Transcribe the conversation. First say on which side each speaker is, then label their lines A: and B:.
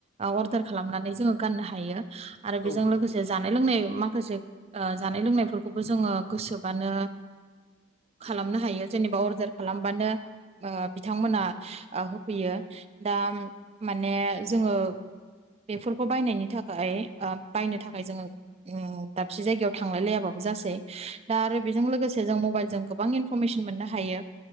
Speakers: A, on the right (about 30°); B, on the left (about 50°).
A: अर्दार खालामनानै जोङो गाननो हायो। आरो
B: औ
A: बेजों
B: नंगौ
A: लोगोसे
B: नोंथां
A: जानाय लोंनाय माखासे ओ जानाय लोंनायफोरखौबो जोङो गोसोबानो खालामनो हायो जेनेबा अर्डार खालामबानो ओ बिथांमोना होफैयो दा माने जोङो बेफोरखौ बायनायनि थाखाय ओ बायनो थाखाय जोङो उम दाबसे जायगायाव थांलाय लायाबाबो जासै दा आरो बेजों लोगोसे जों मबाइलजों गोबां इनफरमेसन मोननो हायो।